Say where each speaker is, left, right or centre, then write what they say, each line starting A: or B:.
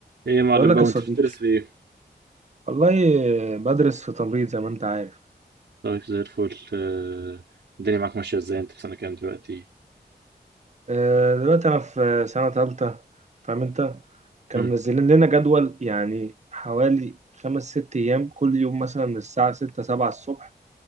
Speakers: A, on the right; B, on the right.
A: ايه يا معلم
B: بقول لك
A: بقى
B: يا
A: وانت
B: صديقي
A: بتدرس في ايه؟
B: والله بدرس في تمريض زي ما انت عارف
A: طيب زي الفل آه، الدنيا معاك ماشية ازاي انت في سنة كام دلوقتي؟
B: آه، دلوقتي انا في سنة تالتة فاهم انت كانوا
A: مم.
B: منزلين لنا جدول يعني حوالي خمس ست ايام كل يوم مثلا من الساعة ستة سبعة الصبح